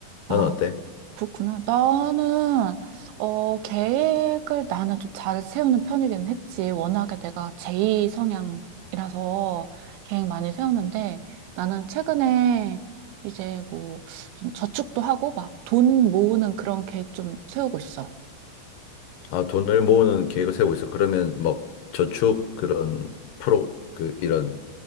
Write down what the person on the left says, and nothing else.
넌 어때?
아, 돈을 모으는 계획을 세우고 있어. 그러면 뭐 저축 그런 프로, 그, 이런